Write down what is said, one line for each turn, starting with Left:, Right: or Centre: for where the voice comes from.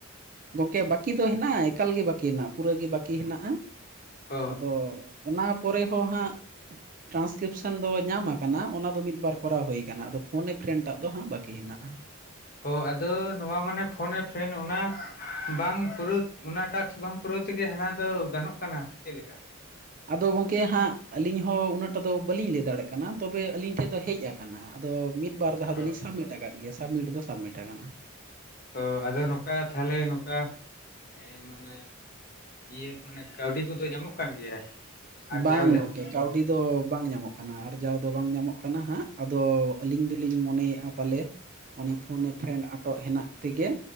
Right: ᱜᱚᱢᱠᱮ ᱵᱟᱹᱠᱤ ᱫᱚ ᱦᱮᱱᱟᱜᱼᱟ ᱮᱠᱟᱞ ᱜᱮ ᱵᱟᱹᱠᱤ ᱦᱮᱱᱟᱜᱼᱟ ᱯᱩᱨᱟᱹ ᱜᱮ ᱵᱟᱹᱠᱤ ᱦᱮᱱᱟᱜᱼᱟ
Left: ᱚ
Right: ᱟᱫᱚ ᱚᱱᱟ ᱯᱚᱨᱮ ᱦᱚᱸ ᱦᱟᱸᱜ ᱴᱨᱟᱱᱥᱠᱨᱤᱯᱥᱮᱱ ᱫᱚ ᱧᱟᱢᱟᱠᱟᱱᱟ ᱚᱱᱟ ᱫᱚ ᱢᱤᱫ ᱵᱟᱨ ᱠᱚᱨᱟᱣ ᱦᱩᱭᱟᱠᱟᱱᱟ ᱟᱫᱚ ᱯᱷᱳᱱᱮ ᱯᱷᱨᱮᱱᱴᱟᱜ ᱫᱚ ᱦᱟᱸᱜ ᱵᱟᱹᱠᱤ ᱦᱮᱱᱟᱜᱼᱟ
Left: ᱚ ᱟᱫᱚ ᱱᱚᱣᱟ ᱢᱟᱱᱮ ᱯᱷᱳᱱᱮ ᱯᱷᱨᱮᱱ ᱚᱱᱟ ᱵᱟᱝ ᱯᱩᱨᱟᱹ ᱚᱱᱟᱴᱟᱠᱥ ᱵᱟᱝ ᱯᱩᱨᱟᱹᱣ ᱛᱮᱜᱮ ᱦᱟᱱᱟ ᱫᱚ ᱜᱟᱱᱚᱜ ᱠᱟᱱᱟ ᱪᱮᱫ ᱞᱮᱠᱟ
Right: ᱟᱫᱚ ᱜᱚᱝᱠᱮ ᱦᱟᱸᱜ ᱟᱹᱞᱤᱧ ᱦᱚᱸ ᱩᱱᱟᱹᱜ ᱴᱟ ᱫᱚ ᱵᱟᱹᱞᱤᱧ ᱞᱟᱹᱭ ᱫᱟᱲᱮᱜ ᱠᱟᱱᱟ ᱛᱚᱵᱮ ᱟᱹᱞᱤᱧ ᱴᱷᱮᱡ ᱫᱚ ᱦᱮᱡ ᱟᱠᱟᱱᱟ ᱟᱫᱚ ᱢᱤᱫ ᱵᱟᱨ ᱫᱷᱟᱳ ᱫᱚᱞᱤᱧ
Left: ᱚ
Right: ᱥᱟᱵᱢᱤᱴ ᱟᱠᱟᱫ ᱜᱮᱭᱟ ᱥᱟᱵᱢᱤᱴ ᱫᱚ ᱥᱟᱵᱢᱤᱴ ᱟᱠᱟᱱᱟ
Left: ᱛ ᱟᱫᱚ ᱱᱚᱝᱠᱟ ᱛᱟᱦᱚᱞᱮ ᱱᱚᱝᱠᱟ ᱦᱮᱸ ᱤᱭᱟᱹ ᱢᱟᱱᱮ ᱠᱟᱹᱣᱰᱤ ᱠᱚᱫᱚ ᱧᱟᱢᱚᱜ ᱠᱟᱱ ᱜᱮᱭᱟ
Right: ᱵᱟᱝ
Left: ᱟᱨᱡᱟᱣ ᱡᱟᱦᱟᱸ
Right: ᱜᱚᱝᱠᱮ ᱠᱟᱹᱣᱰᱤ ᱫᱚ ᱵᱟᱝ ᱧᱟᱢᱚᱜ ᱠᱟᱱᱟ ᱟᱨᱡᱟᱣ ᱫᱚ ᱵᱟᱝ ᱧᱟᱢᱚᱜ ᱠᱟᱱᱟ ᱦᱟᱸᱜ ᱟᱫᱚ ᱟᱹᱞᱤᱧ ᱫᱚᱞᱤᱧ ᱢᱚᱱᱮᱭᱮᱼᱟ ᱯᱟᱞᱮ ᱚᱱᱮ ᱯᱷᱳᱱ ᱮ ᱯᱷᱨᱮᱱᱰ ᱟᱴᱚᱜ ᱦᱮᱱᱟᱜ ᱛᱮᱜᱮ